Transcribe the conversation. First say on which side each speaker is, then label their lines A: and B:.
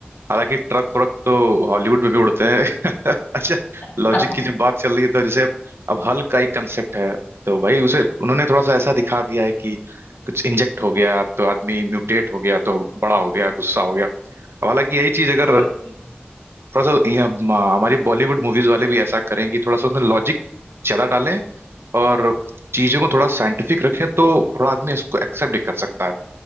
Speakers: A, on the right; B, on the left.
A: हालांकि ट्रक व्रक तो हॉलीवुड में भी उड़ते हैं <laughs> अच्छा
B: <laughs>
A: लॉजिक की जब बात चल रही है तो जैसे अब अब हल का एक कंसेप्ट है तो भाई उसे उन्होंने थोड़ा सा ऐसा दिखा दिया है कि कुछ इंजेक्ट हो गया तो आदमी म्यूटेट हो गया तो बड़ा हो गया गुस्सा हो गया अब हालांकि यही चीज अगर
B: वही वही
A: थोड़ा सा यहाँ म- हमारी बॉलीवुड मूवीज वाले भी ऐसा करें कि थोड़ा सा उसमें लॉजिक ज्यादा डालें और चीजों को थोड़ा साइंटिफिक रखें तो थोड़ा आदमी इसको एक्सेप्ट भी कर सकता है